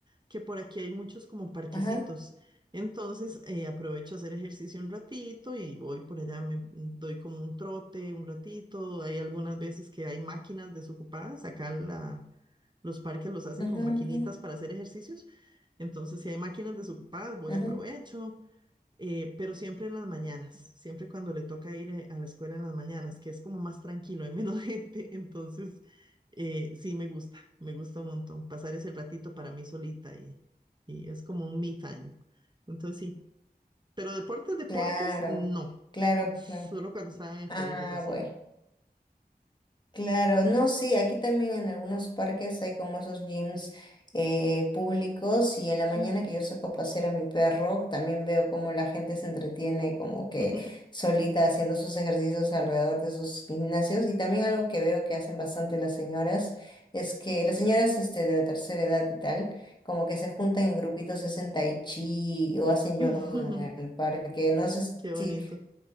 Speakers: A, on the right; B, on the left.
A: que por aquí hay muchos como parquecitos.
B: Ajá,
A: Entonces eh, aprovecho a hacer ejercicio un ratito y voy por allá, me doy como un trote un ratito. Hay algunas veces que hay máquinas desocupadas. Acá la, los parques los hacen
B: ajá,
A: con
B: ajá,
A: maquinitas para hacer ejercicios. Entonces si hay máquinas desocupadas, voy
B: ajá.
A: aprovecho. eh, pero siempre en las mañanas, siempre cuando le toca ir eh, a la escuela en las mañanas, que es como más tranquilo, hay menos <laughs> gente, entonces eh, sí me gusta, me gusta un montón pasar ese ratito para mí solita y, y es como un me time, entonces sí, pero deportes, deportes,
B: Claro,
A: no,
B: claro,
A: solo
B: claro.
A: cuando estaba en el
B: Ah,
A: colegio lo hacía.
B: bueno. Claro, no, sí, aquí también en algunos parques hay como esos gyms eh, públicos y en la mañana
A: Ujú,
B: que yo saco a pasear a mi perro, también veo cómo la gente se entretiene como que
A: ujú,
B: solita haciendo sus ejercicios alrededor de sus gimnasios y también algo que veo que hacen bastante las señoras es que las señoras este, de la tercera edad y tal, como que se juntan en grupitos y hacen tai chi o hacen
A: <laughs>
B: yoga en el parque, no sé
A: Qué bonito,
B: si